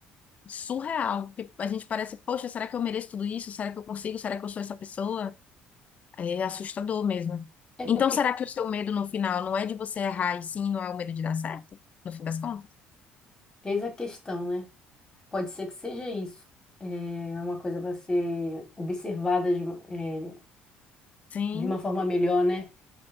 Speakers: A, on the left; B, on the left.
A: surreal. Porque a gente parece, poxa, será que eu mereço tudo isso? Será que eu consigo? Será que eu sou essa pessoa? É assustador mesmo.
B: É
A: Então,
B: porque
A: será que o seu medo no final não é de você errar e sim, não é o medo de dar certo? No fim das contas?
B: eis a questão, né? Pode ser que seja isso. É uma coisa para ser observada de, uma- é,
A: Sim.
B: de uma forma melhor, né?